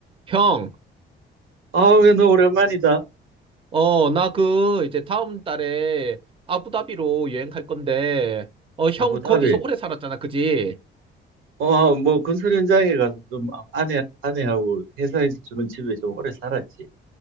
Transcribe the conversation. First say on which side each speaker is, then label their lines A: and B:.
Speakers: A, on the right (about 25°); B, on the right (about 85°).
A: 형,
B: 아, 왜 너 오랜만이다.
A: 어, 나 그, 이제 다음 달에 아부다비로 여행 갈 건데, 어, 형
B: 아부다비.
A: 거기서 오래 살았잖아, 그지?
B: 어, 아, 뭐 건설 현장에 가서 좀 아- 아내 아내하고 회사에서 주는 집에 좀 오래 살았지.